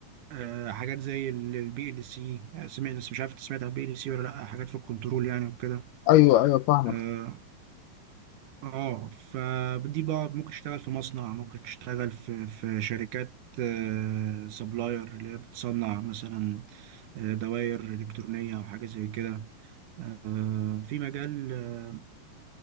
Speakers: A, on the right (about 70°); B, on the left (about 80°).
A: آه حاجات زي البي ال سي سمعت مش عارف انت سمعت عن البي ال سي ولا لأ حاجات في الكنترول يعني وكده
B: ايوه ايوه فاهمك
A: اه آه، فدي بقى ممكن تشتغل في مصنع ممكن تشتغل في في شركات آه سبلاير اللي هي بتصنع مثلا آه، دوائر إلكترونية أو حاجة زي كده آه في مجال آه